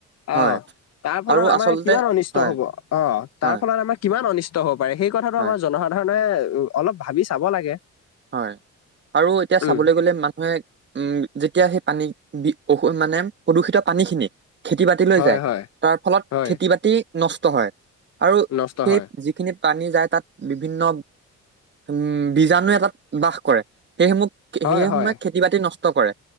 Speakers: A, on the left; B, on the right.
A: অ
B: হয়
A: তাৰ ফলত
B: আৰু
A: আমাৰ
B: আচলতে
A: কিমান অনিষ্ট
B: হয়
A: হব আহ
B: হয়
A: তাৰ ফলত আমাৰ কিমান অনিষ্ট হ'ব পাৰে সেই কথাটো
B: হয়
A: আমাৰ জনসাধাৰণে অলপ ভাবি চাব লাগে
B: হয় আৰু এতিয়া চাবলৈ
A: উম
B: গলে মানুহে উম যেতিয়া সেই পানী অশো মানে প্ৰদূষিত পানী খিনি খেতি বাতি হৈ
A: হয়
B: যায়
A: হয়
B: তাৰ ফলত
A: হয়
B: খেতি-বাতি নষ্ট হয় আৰু
A: নষ্ট
B: সেই
A: হয়
B: যিখিনি পানী যায় তাত বিভিন্ন উম বীজাণুে এটাত বাস কৰে সেইসমূহ
A: হয়
B: সেই
A: হয়
B: সময়ত খেতি বাতি নষ্ট কৰে